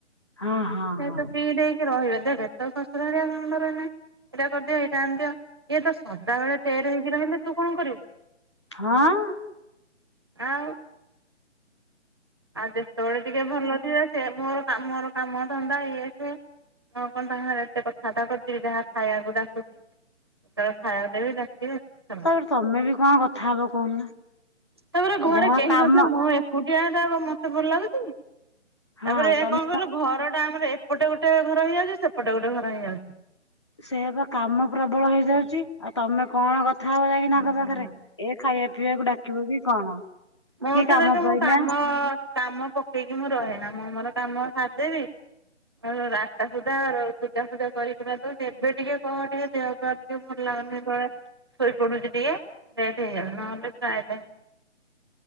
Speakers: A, on the left (about 25°); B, on the right (about 20°).
A: ହଁ ହଁ
B: ସେତ
A: ହଁ
B: ଫ୍ରି ଡେ ରହିବେ ଦେଖ ତୋ ଶଶୁର କଣ କରିବେ ଏଇଟା କରିଦିଅ ଏଇଟା ଆଣିିଅ ଦିଅ ଇଏତ ସବୁ ଟେରେ ହେଇକି ରହିଲେ ତୁକଣ କରିବୁ।
A: ହଁ।
B: ଆଉ। ଆଉ ଯେତେବେଳେ ଟିକେ ଭଲ ଥିବେ ସେ ମୋର ମୋର ମୋର କାମ ଧନ୍ଦା ଇଏ ସିଏ। ମୁଁ କଣ ତାଙ୍କ ସାଙ୍ଗରେ ଏତେ କଥାବାର୍ତ୍ତା କରଚିକି ଯାହା ଖାଇବାକୁ ଡାକୁୁଚି ଯେତେବେଳେ ଖାଇବାକୁ ଦେବି ଡାକିବେ ଆ
A: ତାପରେ ତମେବି କଣ କଥା ହବ କହୁନ।
B: ତାପରେ ଘରେ
A: ଯାହା
B: କେହି
A: କାମ
B: ନଥିବ ମୁଁ ଏକୁଟିଆଟା ମତେ ଭଲ ଲାଗୁଚିକି।
A: ହଁ
B: ତାପରେ
A: ତମେ
B: କଣ କହିଲୁ ଘରଟା ଆମର ଏପଟେ ଗୋଟେ ଘର ହେଇଯାଉଚି ସେପଟେ ଗୋଟେ ଘର ହେଇଯାଉଚି।
A: ସେଇଆ‌ବା କାମ ପ୍ରବଳ ହେଇଯାଉଚି ଆଉ ତମେ କଣ କ କଥା ହବ ଯାଇକି
B: ହୁଁ।
A: ତାଙ୍କ ପାଖରେ ଏ ଖାଇବା ପିଇବାକୁ ଡାକିବକି କଣ
B: ମୋରତ
A: କି କାମ
B: ଦେଖେ
A: ପଇଲା
B: ମୋ କାମ କାମ ପକେଇକି ମୁଁ ରହେନା ମୁଁ ମୋର କାମ ସାରିଦେବି ମୋର ଆଠଟା ସୁଧା ପୂଜା ଫୂଜା କରିିକୁରା ଦଉଚି ଏବେ ଟିକେ କଁ ଟିକେ ଦେହଟା ଟିକେ ଭଲ ଲାଗୁନି ଯେତେବେଳେ ଶୋଇପଡୁଚି ଟିକେ ଲେଟ୍ ହେଇଯାଉଚି ନହେଲେ ପ୍ରୀୟ ଟାଇମ୍